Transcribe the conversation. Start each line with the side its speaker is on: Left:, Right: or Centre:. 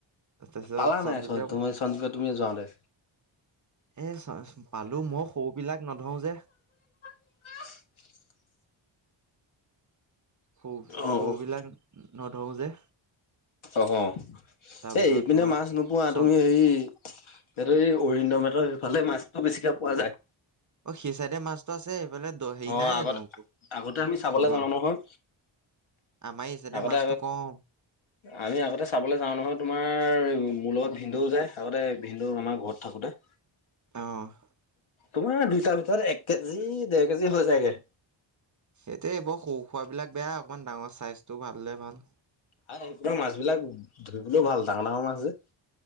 Right: তাৰপিছত
Left: পালা নাই,
Right: সঞ্জীৱে
Left: তুমি সঞ্জিবে তুমি যাওঁতে।
Right: এ, চ পালো, মই সৰু বিলাক নধও যে।
Left: <inaudible>
Right: সৰু-সৰু
Left: অ',
Right: বিলাক নধৰো যে।
Left: অ',
Right: তাৰপিছত
Left: এ-এইপিনে
Right: তোমাৰ
Left: মাছ নোপোৱা
Right: চন
Left: তুমি, হেৰি এইটো এই অৰিন্দম হঁতৰ সেইফালে মাছটো বেছিকে পোৱা যায়।
Right: অ', সেই চাইডে মাছটো আছে। দ' হেৰি
Left: অ',
Right: নাই
Left: আগতে
Right: জানো
Left: আগতে আমি চাবলৈ
Right: <unintelligible>
Left: যাওঁ নহয়
Right: আমাৰ এইচাইডে
Left: আগতে
Right: মাছটো কম।
Left: আমি আগতে চাবলৈ যাওঁ নহয়, তোমাৰ মোৰ লগত ভিনদউ যায়। আগতে ভিনদেউ আমাৰ ঘৰত থাকোঁতে।
Right: অ'।
Left: তোমাৰ দুইটাৰ ভিতৰত এক কেজি, দেৰ কেজি হৈ যায়গে।
Right: এতিয়া এইবোৰ সৰু সোৰা বিলাক বেয়া অকমান ডাঙৰ চাইজটো ভাল হ'লে ভাল।
Left: আৰু মাছ বিলাক ধৰিবলৈয়ো ভাল ডাঙৰ, ডাঙৰ মাছ যে।